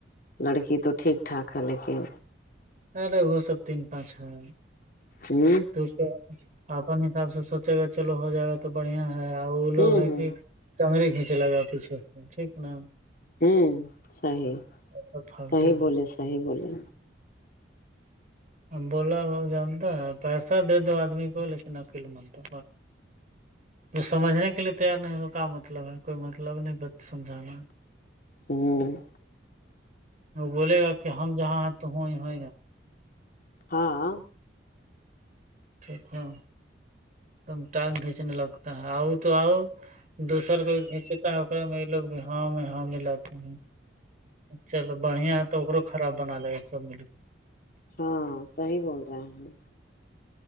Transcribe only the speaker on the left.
لڑکی تو ٹھیک ٹھاک ہے لیکن
ہوں
ہوں
ہوں
ہمم صحیح
صحیح
بولے صحیح بولے
ہوں
ہاں
ہاں صحیح بول رہا ہیں